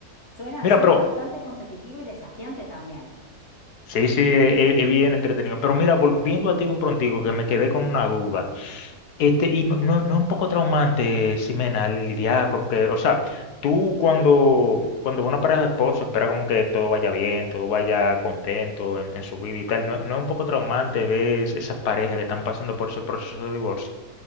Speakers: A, on the left; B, on the left.
A: Suena,
B: Mira,
A: suena
B: pero...
A: bastante competitivo y desafiante también.
B: Sí, sí, es es- es bien entretenido. Pero mira, volviendo a ti de un prontigo, que me quedé con una duda. Este, y no, no, no es un poco traumante, Ximena, li- lidiar, porque, o sea, tú cuando, cuando una pareja de esposos espera como que todo vaya bien, todo vaya contento en, en su vida y tal, ¿no, no es un poco traumante ver esas parejas que están pasando por ese proceso de divorcio?